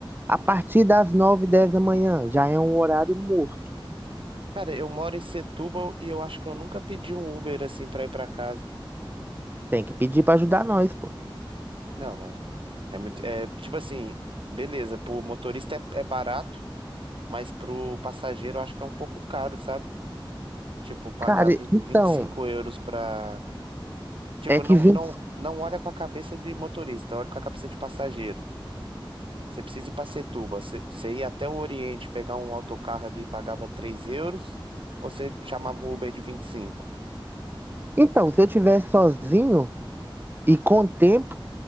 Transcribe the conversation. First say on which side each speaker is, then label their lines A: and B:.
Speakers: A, on the right; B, on the right.
A: A partir das 9 10 da manhã, já é um horário morto.
B: Cara, eu moro em Setúbal e eu acho que eu nunca pedi um Uber assim pra ir pra casa.
A: Tem que pedir pra ajudar nós, pô.
B: Não, mas é muito. É tipo assim, beleza, pro motorista é, é barato, mas pro passageiro eu acho que é um pouco caro, sabe? Tipo, pagar
A: Cara,
B: vin-
A: então,
B: vinte e cinco euros pra. Tipo,
A: É que
B: não,
A: vem.
B: não, não olha com a cabeça de motorista, olha com a cabeça de passageiro. Você precisa ir pra Setúbal, você você ia até o Oriente, pegar um autocarro ali e pagava 3 euros, ou você chamava o Uber de 25.
A: Então, se eu tivesse sozinho e com tempo,